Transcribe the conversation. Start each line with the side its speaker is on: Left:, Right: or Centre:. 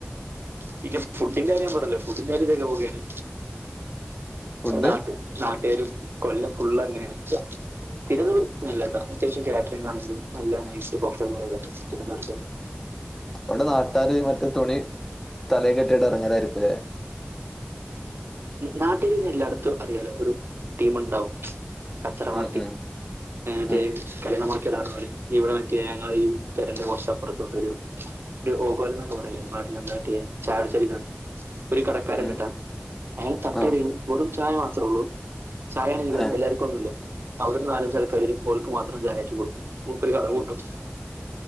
Right: പിന്നെ ഫുഡിന്റെ കാര്യം പറഞ്ഞല്ലോ ഫുഡിന്റെ കാര്യം ഗോബിയാണ്
Centre: ഫുഡ്
Right: നാട്ട് നാട്ടേരും കൊല്ലം ഫുള്ളങ്ങനെണ് തിരുവന ഇല്ലല്ല അത്യാവശ്യം കാറ്ററിങ്ങാണെങ്കിലും നല്ല നൈസ് ബഫെ പോല തന്നെ തിരുവനന്തപുരത്തെത്‌.
Centre: അവടെ നാട്ടാര് മറ്റേ തുണി തലെ കെട്ടിട്ട് എറങ്ങലായിരിക്കും ലെ
Right: നാട്ടേര് എല്ലാടത്തും അറിയാല്ലോ ഒരു ടീമ്ണ്ടാവും കച്ചറ പാർട്ടി
Centre: ഉം, ഉം,
Right: <unintelligible>
Centre: ഉം,
Right: കല്ല്യാണ മൊട- ക്കി ഓല് ഇവിടെ മറ്റേ ഞങ്ങള് ഈ പെരന്റെ കൊറച്ചപ്പറത്ത്ണ്ടൊരു ഒരു ഓഗാലം എന്നൊക്കെ പറയലില്ലേ നാട്ടില് എന്താ മറ്റേ ചായുടിച്ചല്ന് ഒരു കടക്കാരണ്ട്ട്ടാ
Centre: ഉം.
Right: അയാളെ തട്ടടേണ്
Centre: ആ
Right: വെറും ചായ മാത്രം ഉള്ളൂ ചായ ആണെങ്കിലോ
Centre: ഏ?
Right: എല്ലാര്ക്കൊന്നുല്ല അവിടൊരു നാലഞ്ചു ഞ്ചു ആൾകാര് വരും ഓല്ക്ക് മാത്രം ചായ ആറ്റി കൊടുക്കും മൂപ്പര് കട പൂട്ടും